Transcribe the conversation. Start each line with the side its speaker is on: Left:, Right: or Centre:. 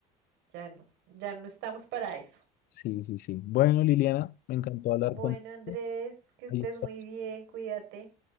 Right: Ya no, ya no estamos para eso.
Left: Sí, sí, sí. Bueno, Liliana, me encantó hablar
Right: Bueno,
Left: contigo.
Right: Andrés, que estés
Left: Ahí está.
Right: muy bien, cuídate.